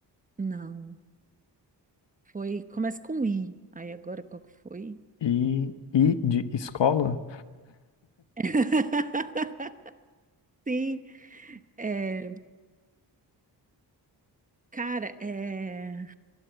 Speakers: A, on the right; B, on the left.
A: não. Foi. Começa com I. Aí agora qual que foi?
B: E, e de escola?
A: <laughs> Sim. É, cara, é.